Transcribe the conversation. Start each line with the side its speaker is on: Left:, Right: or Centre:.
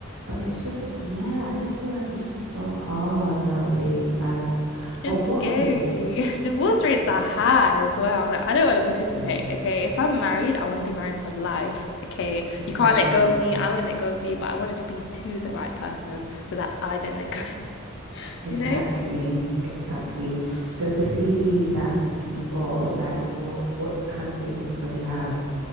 Right: but it's just, yeah, I just feel like it's just so hard nowadays. Like,
Left: It's
Right: but what,
Left: scary.
Right: okay,
Left: <laughs> Divorce rates
Right: y-
Left: are high as well. I'm like, I don't want to participate.
Right: yeah,
Left: Okay? If I'm married, I want to be married for life. Okay?
Right: exactly.
Left: You can't let go of me. I won't let go of you. But I want it to be to the right person so that I don't let go. <laughs>
Right: Exactly,
Left: you know?
Right: exactly. So the CV that you got, like what what kind of things does he have?